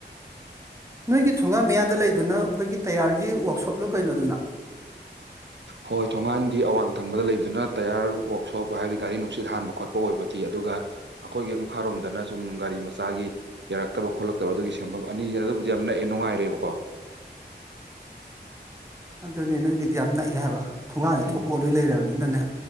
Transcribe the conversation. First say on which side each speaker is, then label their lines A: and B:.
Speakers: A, on the right; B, on the right.
A: ꯅꯣꯏꯒꯤ ꯊꯣꯡꯒꯥ ꯃꯌꯥꯗ ꯂꯩꯗꯨꯅ ꯑꯩꯈꯣꯏꯒꯤ ꯇꯌꯥꯔꯒꯤ ꯋꯥꯛꯁꯣꯞꯂꯣ ꯀꯩꯅꯣꯗꯨꯅ
B: ꯍꯣꯏ ꯊꯣꯡꯉꯥꯟꯒꯤ ꯑꯋꯥꯡ ꯊꯪꯕꯗ ꯂꯩꯕꯗꯨꯅ ꯇꯌꯥꯔ ꯋꯥꯛꯁꯣꯞ ꯍꯥꯏꯕꯗꯤ ꯒꯥꯔꯤ ꯅꯨꯡꯁꯤꯠ ꯍꯥꯟꯕ ꯈꯣꯠꯄ ꯑꯣꯏꯕꯒꯤ ꯑꯗꯨꯒ ꯑꯩꯈꯣꯏꯒꯤ ꯃꯈꯥꯔꯣꯝꯗꯅ ꯁꯨꯝ ꯒꯥꯔꯤ ꯃꯆꯥꯒꯤ ꯌꯥꯔꯛꯇꯕ ꯈꯣꯠꯂꯛꯇꯕ ꯑꯗꯨꯒꯤ ꯁꯦꯝꯦꯟꯐꯝ ꯑꯅꯤ ꯑꯗꯨꯕꯨꯗꯤ ꯌꯥꯝ ꯅꯛꯑꯦ ꯅꯨꯡꯉꯥꯏꯔꯦꯕꯀꯣ
A: ꯑꯗꯨꯅꯦ ꯅꯣꯏꯒꯤꯗꯤ ꯌꯥꯝ ꯅꯛꯑꯦ ꯍꯥꯏꯕ ꯊꯣꯡꯒꯥꯟꯗ
B: ꯎꯝ
A: ꯊꯣꯛꯄꯑ ꯂꯣꯏ ꯂꯩꯔꯕꯅꯤꯅꯅꯦ